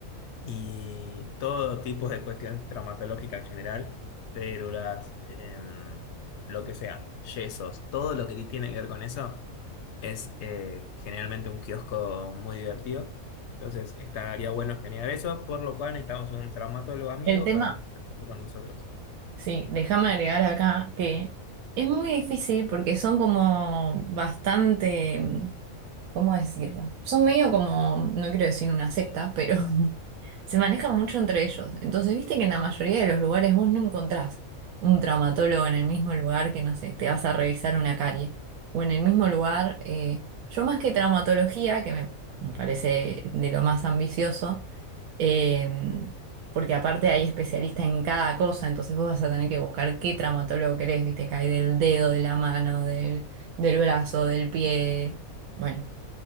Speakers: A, on the left; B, on the right.
A: y todo tipo de cuestión traumatológica en general, férulas, em, lo que sea, yesos, todo lo que tiene que ver con eso es eh, generalmente un kiosco muy divertido. Entonces, estaría bueno generar eso, por lo cual necesitamos un traumatólogo amigo
B: El tema,
A: para que trabaje con nosotros.
B: Sí, déjame agregar acá que es muy difícil porque son como bastante, mm, ¿cómo decirlo? Son medio como, no quiero decir una secta, pero <laughs> se manejan mucho entre ellos. Entonces, viste que en la mayoría de los lugares vos no encontrás un traumatólogo en el mismo lugar que, no sé, te vas a revisar una carie. O en el mismo lugar, eh, yo más que traumatología, que me me parece de lo más ambicioso, eh, porque aparte hay especialistas en cada cosa, entonces vos vas a tener que buscar qué traumatólogo querés, viste, que hay del dedo, de la mano, del, del brazo, del pie. Bueno,